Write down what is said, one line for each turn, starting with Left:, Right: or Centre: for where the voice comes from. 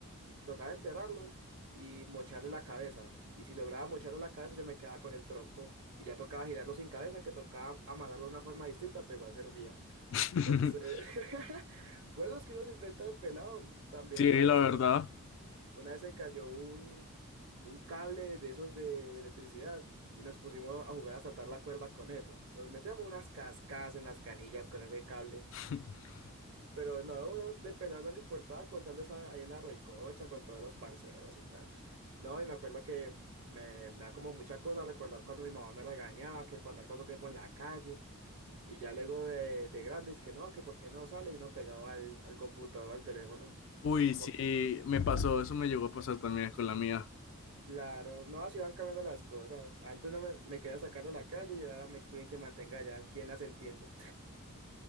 Right: tocaba enterrarlos y mocharle la cabeza. Y si lograba mocharle la cabeza, yo me quedaba con el trompo. Y ya tocaba girarlo sin cabeza, que tocaba amarrarlo de una forma distinta, pero igual servía.
Left: <laughs>
Right: Entonces, <laughs> juegos que uno se inventa de pelado. También
Left: Sí,
Right: una vez
Left: la verdad.
Right: se, una vez se cayó un, un cable de esos de, de electricidad. Y nos pusimos a jugar a saltar la cuerda con eso. Nos metemos unas cascadas en las canillas con ese cable.
Left: <laughs>
Right: Pero no, uno de pelado no le importaba contarles ahí en la recocha con todos los parceros y tal. No, y me acuerdo que me, me da como mucha cosa recordar cuando mi mamá me regañaba que por andar tanto tiempo en la calle y ya luego de, de grande es que no, que por qué no sale y uno pegado al, al computador o al teléfono.
Left: Uy,
Right: <laughs> Como,
Left: sí, me pasó, eso me llegó a pasar también con la mía.
Right: claro, no, así van cambiando las cosas. Antes no me, me querían sacar de la calle y ahora me quieren que mantenga allá. ¿Quién las entiende?